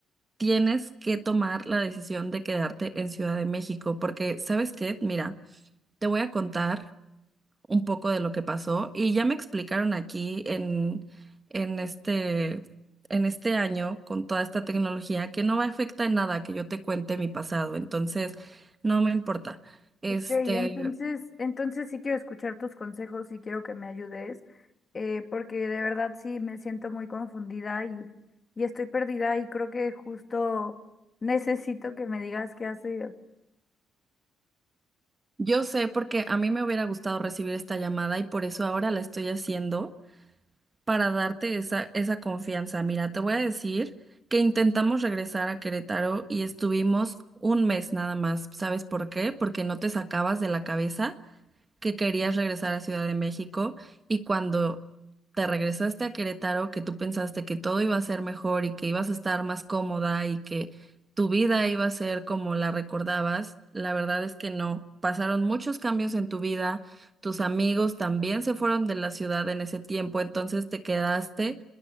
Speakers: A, on the right; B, on the left.
A: tienes que tomar la decisión de quedarte en Ciudad de México, porque ¿sabes qué? Mira, te voy a contar un poco de lo que pasó y ya me explicaron aquí en, en este, en este año con toda esta tecnología que no va a afectar en nada que yo te cuente mi pasado, entonces no me importa. Este,
B: Ok, entonces, entonces sí quiero escuchar tus consejos y quiero que me ayudes, eh, porque de verdad sí me siento muy confundida y, y estoy perdida y creo que justo necesito que me digas qué hacer.
A: yo sé porque a mí me hubiera gustado recibir esta llamada y por eso ahora la estoy haciendo para darte esa, esa confianza. Mira, te voy a decir que intentamos regresar a Querétaro y estuvimos un mes nada más. ¿Sabes por qué? Porque no te sacabas de la cabeza que querías regresar a Ciudad de México y cuando te regresaste a Querétaro, que tú pensaste que todo iba a ser mejor y que ibas a estar más cómoda y que tu vida iba a ser como la recordabas, la verdad es que no. Pasaron muchos cambios en tu vida, tus amigos también se fueron de la ciudad en ese tiempo, entonces te quedaste